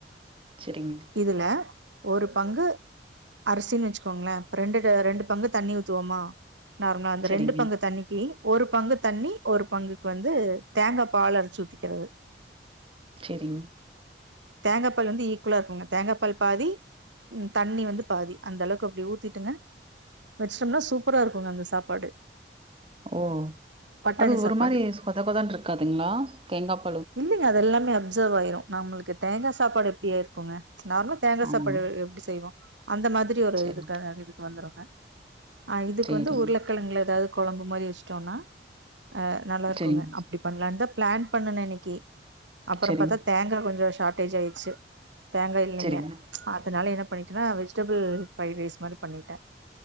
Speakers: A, on the right; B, on the right.
A: செரிங்க
B: இதுல ஒரு பங்கு அரிசின்னு வச்சுக்கோங்களே இப்ப ரெண்டு ரெண்டு பங்கு தண்ணி ஊத்துவோமா நார்மலா அந்த
A: சரிங்க,
B: ரெண்டு பங்கு தண்ணிக்கு ஒரு பங்கு தண்ணி ஒரு பங்குக்கு வந்து தேங்கா பால் அரைச்சி ஊத்திக்கிறது
A: செரிங்க
B: தேங்கா பால் வந்து ஈக்குவலா இருக்குங்க தேங்கா பால் பாதி ம் தண்ணி வந்து பாதி அந்த அளவுக்கு அப்டி ஊத்திட்டுங்க வச்சிட்டோம்னா சூப்பரா இருக்குங்க அந்த சாப்பாடு
A: ஓ
B: பட்டாணி
A: அது ஒரு
B: சாப்பாடு
A: மாரி சொத கொதன்னு இருக்காதுங்களா தேங்காப்
B: இல்லங்க அது எல்லாமே அப்சர்வ் ஆயிரு நம்மளுக்கு தேங்கா சாப்பாடு எப்டியாயிருக்குங்க நார்மலா தேங்கா
A: ஆமா.
B: சாப்பாடு
A: ஆமா.
B: எப்டி செய்வோ அந்த மாதிரி ஒரு
A: சரி,
B: இதுக்கு இதுக்கு வந்துருங்க ஆ இதுக்கு
A: சரிங்க,
B: வந்து உருளக்கெழங்குல ஏதாவது கொழம்பு மாரி வச்சுட்டோன்னா ஆ நல்லா இருக்குங்க
A: சரிங்க,
B: அப்டி பண்ணலாந்தா பிளான் பண்ணுனே இன்னக்கி அப்பறோ
A: சரிங்க,
B: பாத்தா தேங்கா கொஞ்சோ ஷார்ட்டேஜ் ஆயிருச்சி தேங்கா இல்லங்க
A: சரிங்க.
B: அதனால என்ன பண்ணிட்டேன்னா வெஜிடபிள் ஃப்ரைட் ரைஸ் மாரி பண்ணிட்டே